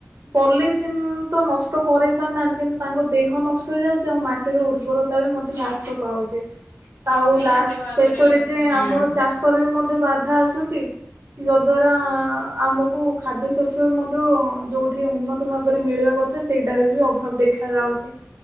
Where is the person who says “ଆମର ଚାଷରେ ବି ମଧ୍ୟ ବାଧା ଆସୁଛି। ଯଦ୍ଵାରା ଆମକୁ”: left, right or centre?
Right